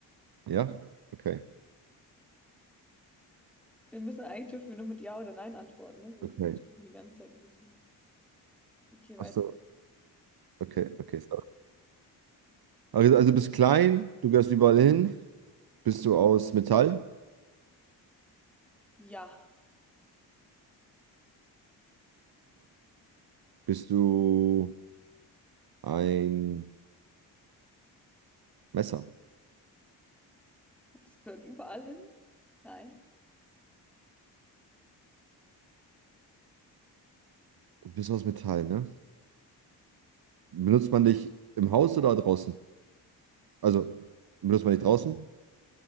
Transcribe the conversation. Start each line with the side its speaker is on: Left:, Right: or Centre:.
Right: Ja? Okay.
Centre: Wir müssen eigentlich dürfen wir nur mit Ja oder Nein antworten, ne? Wir
Right: Okay.
Centre: schieben die ganze Zeit ein bisschen. Okay, weiter.
Right: Ach so. Okay, okay, sorry. Also, also bist klein, du gehst überall hin. Bist du aus Metall?
Centre: Ja.
Right: Bist du ein Messer?
Centre: Das gehört überall hin. Nein.
Right: Bist du aus Metall, ne? Benutzt man dich im Haus oder draußen? Also, benutzt man dich draußen?